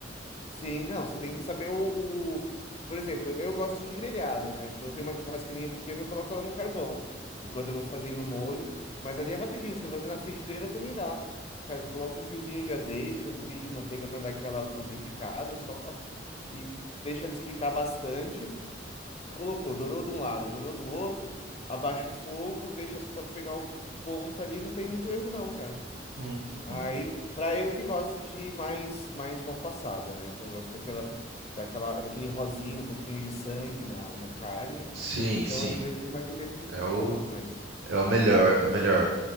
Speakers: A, on the left; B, on the right.
A: Sim, não, você tem que saber o, o- Por exemplo, eu eu gosto de grelhado, né? Então eu tenho uma churrasqueirinha pequena, eu coloco ela no carvão, enquanto eu vou fazendo o molho. Mas ali é rapidinho, se for fazer na frigideira também dá. Cara, você coloca um fiozinho de azeite, um pouquinho de manteiga para dar aquela lubrificada só, e deixa ela esquentar bastante. Colocou, dourou de um lado, dourou do outro, abaixa o fogo, deixa só pegar o ponto ali, não tem muito erro não, cara.
B: Hum.
A: Aí, pra eu que gosto de mais, mais mal passada, né? Então eu gosto daquela, daquela, daquele rosinho, um pouquinho de sangue na, na carne.
B: Sim,
A: Então
B: sim.
A: eu deixo mais ou menos nesse
B: É o,
A: ponto, mas
B: é o melhor, é o melhor.